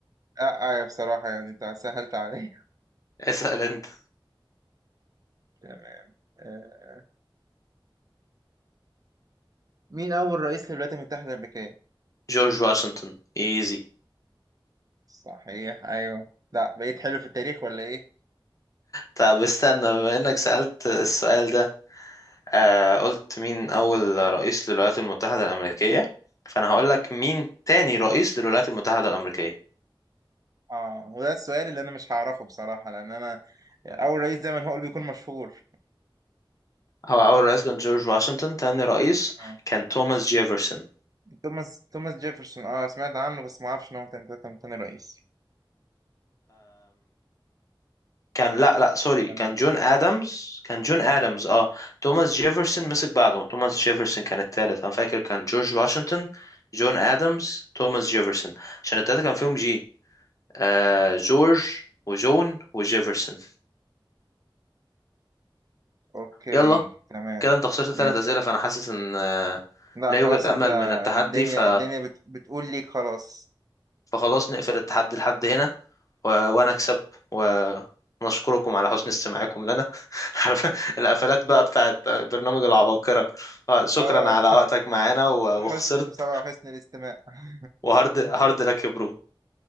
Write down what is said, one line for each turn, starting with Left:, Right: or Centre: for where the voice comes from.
Right: لا آه بصراحة يعني أنت سهلت عليا
Left: اسأل انت
Right: <laughs> تمام آه، مين أول رئيس للولايات المتحدة الأمريكية؟
Left: جورج واشنطن ايزي
Right: صحيح أيوه لا بقيت حلو في التاريخ ولا إيه؟
Left: طب استنى بما انك سألت السؤال ده آه قلت مين اول رئيس للولايات المتحدة الامريكية فانا هقول لك مين تاني رئيس للولايات المتحدة الامريكية
Right: آه هو ده السؤال اللي أنا مش هعرفه بصراحة لأن أنا أول رئيس زي ما هو اللي بيكون مشهور
Left: هو اول رئيس كان جورج واشنطن تاني رئيس
Right: آه.
Left: كان توماس جيفرسون
Right: توماس توماس جيفرسون أه سمعت عنه بس ما أعرفش إن هو كان تاني تاني رئيس
Left: كان لا لا سوري
Right: تمام
Left: كان جون ادمز كان جون ادمز اه توماس جيفرسون مسك بعده توماس جيفرسون كان التالت انا فاكر كان جورج واشنطن جون ادمز توماس جيفرسون عشان التلاتة كان فيهم جي آه جورج وجون وجيفرسون
Right: أوكي
Left: يلا
Right: تمام
Left: كده انت خسرت ثلاث
Right: ماشي
Left: اسئله فانا حاسس ان آه،
Right: لا
Left: لا
Right: خلاص
Left: يوجد امل
Right: أنت
Left: من التحدي
Right: الدنيا
Left: ف
Right: الدنيا بت... بتقول ليك خلاص
Left: فخلاص نقفل التحدي لحد هنا و... وانا اكسب و- ونشكركم على حسن استماعكم لنا <laughs> عارف القفلات بقى بتاعت برنامج العباقرة آه، شكرا
Right: أه
Left: على وقتك معانا و...
Right: حسن
Left: وخسرت
Right: المتابعة وحسن الاستماع <laughs>
Left: وهارد هارد لك يا برو